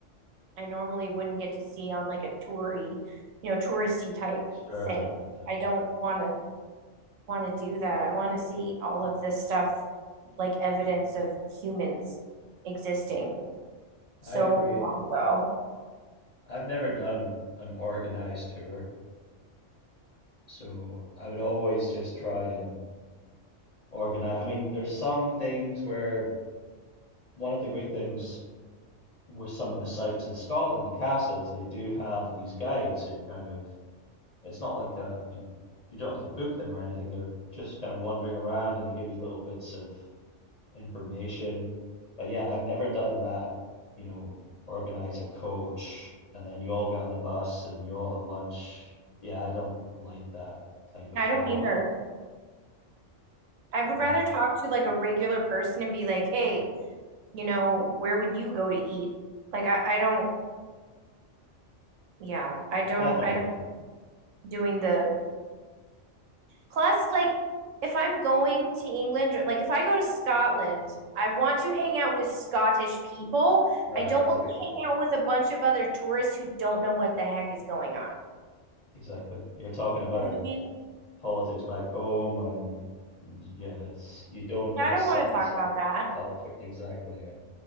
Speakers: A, on the right; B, on the left.
A: I normally wouldn't get to see on like a toury, you know, touristy type
B: Sure.
A: thing.
B: Yeah.
A: I don't want to want to do that. I want to see all of this stuff like evidence of humans existing
B: Yeah.
A: so
B: I agree.
A: long ago.
B: I've never done an organized tour, so I would always just try and organize. I mean, there's some things where one of the great things with some of the sites in Scotland, the castles, they do have these guides who kind of It's not like uh you you don't have to book them or anything. They're just kind of wandering around and they give you little bits of information. But yeah, I've never done that, you know, organize a coach and then you all get on the bus and you all have lunch. Yeah, I don't like that type of
A: I
B: traveling.
A: don't either. I would
B: Yeah,
A: rather talk to like a regular person and be like, "Hey, you know, where would you go to eat?" Like I I don't yeah, I don't
B: definitely.
A: I don't doing the Plus, like, if I'm going to England, or, like, if I go to Scotland, I want to hang out with Scottish people.
B: Right,
A: I don't
B: exactly.
A: want to hang out with a bunch of other tourists who don't know what the heck is going on.
B: Exactly. You're talking about
A: You know what I mean?
B: politics back home and and yeah, it's you don't
A: I
B: get
A: don't
B: a sense
A: want to talk about
B: of
A: that.
B: the culture. Exactly, yeah.